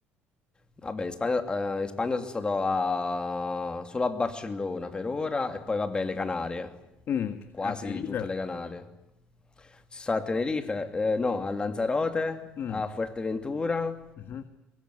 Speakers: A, on the left (about 20°); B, on the left (about 50°).
A: Vabbè, in Spagna, eh, in Spagna sono stato a- solo a Barcellona per ora e poi vabbè le Canarie,
B: Mm,
A: quasi
B: a Tenerife?
A: tutte le Canarie. Sono stato a Tenerife, eh, no, a Lanzarote,
B: Mm,
A: a Fuerteventura.
B: mhm.